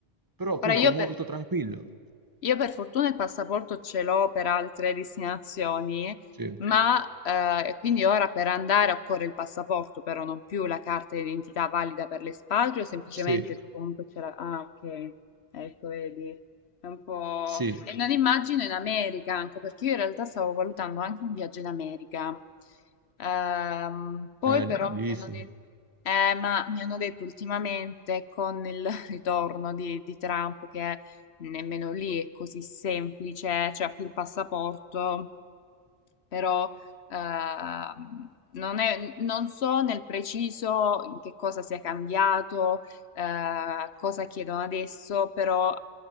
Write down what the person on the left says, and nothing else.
Ora io
per
Io per fortuna il passaporto ce l'ho per altre destinazioni,
ma eh, quindi ora per andare occorre il passaporto, però non più la carta d'identità valida per l'espatrio, semplicemente
tu comunque ce la... Ah, ok, ecco, vedi. È un po'...
E non immagino in America anche, perché io in realtà stavo valutando anche un viaggio in America. Ehm, poi
però
mi hanno
detto... Eh, ma mi hanno detto ultimamente con il <laughs> ritorno di, di Trump che nemmeno lì è così semplice, c'è anche il passaporto, però ehm, non è- non so nel preciso in che cosa sia cambiato, eh, cosa chiedono adesso, però